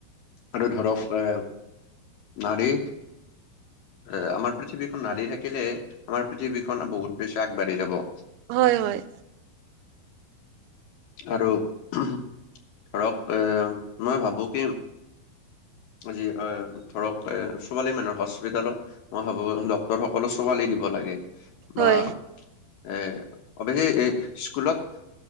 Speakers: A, on the left; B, on the right.
A: আৰু ধৰক এ নাৰী এ আমাৰ পৃথিৱীখন নাৰী থাকিলে আমাৰ পৃথিৱীখন বহুত বিশ্বাস বাঢ়ি যাব
B: হয় হয়
A: আৰু ধৰক এ মই ভাবো কি আজি এ ধৰক এ ছোৱালী মানুহ হস্পিতেলত মই ভাবো ডক্তৰ সকল ছোৱালী দিব লাগে
B: হয়
A: বা এ অৱশ্যে এই স্কুলত